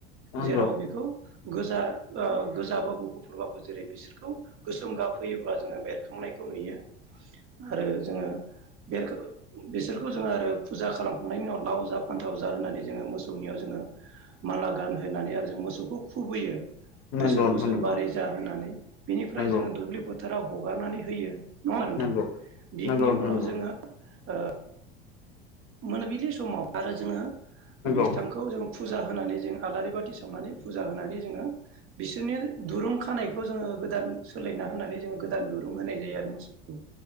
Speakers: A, on the left (about 55°); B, on the right (about 45°).
A: नंगौ
B: जेराव बेखौ गोजा गोजाबाबो गुफुरबाबो जेरै बिसोरखौ गोसोम गाबहोयोब्ला जोङो बेरखांनायखौ नुयो। आरो जोङो बेर बिसोरखौ जोङो आरो फुजा खालामखांनायनि उनाव लाव जा फान्थाव जा होननानै जोङो मोसौनियाव जोङो माला गानहोनानै आरो जों मोसौखौ खुबैयो
A: नंगौ
B: बोसोर
A: नंगौ नोंथां
B: बोसोर
A: नंगौ
B: बारि जा होननानै बिनिफ्राय
A: नंगौ
B: जोङो दुब्लि फोथोराव हगारनानै होयो नङा नोंथां
A: नंगौ
B: बिनि
A: नंगौ नोंथां
B: उनाव
A: नंगौ
B: जोङो ओ मोनाबिलि समाव आरो जोङो
A: नंगौ
B: बिथांखौ जों फुजा होनानै जों आलारि बाथि सावनानै फुजा होनानै जोङो बिसोरनि दुरुं खानायखौ जोङो गोदान सोलायना होनानै जोङो गोदान दुरुं होनाय जायो आरो मोसौखौ।